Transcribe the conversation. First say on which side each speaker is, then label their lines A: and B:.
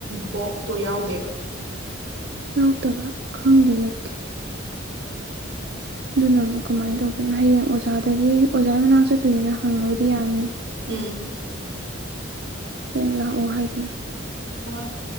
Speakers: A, on the right; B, on the right.
A: ꯕꯣꯛꯇꯣ ꯌꯥꯎꯗꯦꯕ
B: ꯌꯥꯎꯇꯕ꯭ꯔꯥ ꯈꯪꯗꯦ ꯑꯗꯨꯗꯤ ꯗꯨꯅ ꯑꯃꯨꯛ ꯀꯃꯥꯏꯅ ꯇꯧꯗꯣꯏꯅꯣ ꯍꯌꯦꯡ ꯑꯣꯖꯥꯗꯒꯤ ꯑꯣꯖꯥꯏ ꯃꯅꯥꯛ ꯆꯠꯇꯣꯏꯅꯤꯅ ꯍꯪꯉꯕꯨꯗꯤ ꯌꯥꯅꯤ
A: ꯎꯝ
B: ꯍꯌꯦꯡ ꯂꯥꯛꯑꯣ ꯍꯥꯏꯗꯨꯅ
A: ꯍꯣꯏ